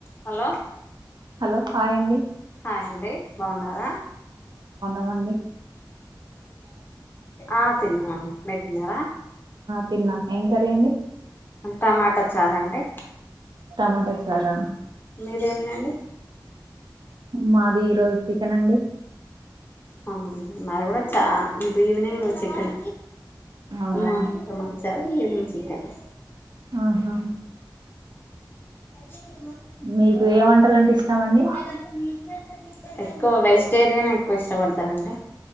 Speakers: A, on the left; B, on the right.
A: Hello
B: hello hi అండి
A: hi అండి బాగున్నారా
B: అండి
A: ఆ తిన్నాను మేరు తిన్నారా
B: తిన్నా ఏం కర్రీ అండి
A: టమాటా చార అండి
B: టమాటా చారా
A: మీది ఎంది అండీ
B: మాది ఈ రోజు చికెన్ అండి
A: అవునండి మరి కూడా చ ఇది ఈవినింగ్ చికన్
B: అవునా
A: మంత మ చది చికన్
B: ఆహా
A: అరే <unintelligible>
B: మీకు ఏ వంటలంటే ఇష్టం అండి
A: ఎక్కువ వేసు వెజిటేరియన్ ఎకువ ఇష్టపడతానండి